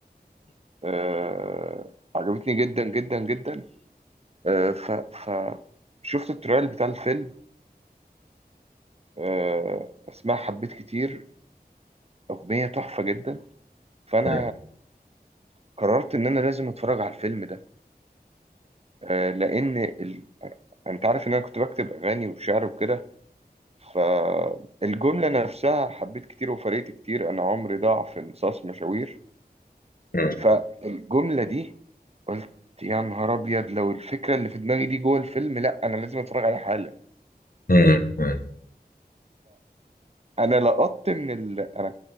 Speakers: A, on the right (about 40°); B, on the left (about 60°).
A: أه عجبتني جدا جدا جدا أه ف ف شفت التريل بتاع الفيلم أه اسمها حبيت كتير اغنيه تحفه جدا فانا
B: م-
A: قررت ان انا لازم اتفرج على الفيلم ده آه، لان ال... انت عارف ان انا كنت بكتب اغاني وشعر وكده فالجمله نفسها حبيت كتير وفرقت كتير انا عمري ضاع في انصاص مشاوير
B: م-
A: فالجمله دي قلت يا نهار ابيض لو الفكره اللي في دماغي دي جوه الفيلم لا انا لازم اتفرج عليها حالا
B: مم. مم.
A: فانا لقطت من ال... انا